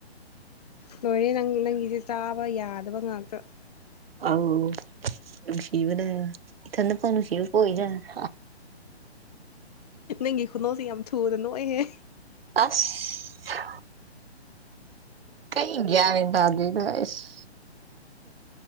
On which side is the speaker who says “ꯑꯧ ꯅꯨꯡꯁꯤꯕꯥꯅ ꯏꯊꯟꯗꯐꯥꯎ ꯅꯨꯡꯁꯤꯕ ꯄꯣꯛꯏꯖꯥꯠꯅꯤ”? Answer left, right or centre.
Right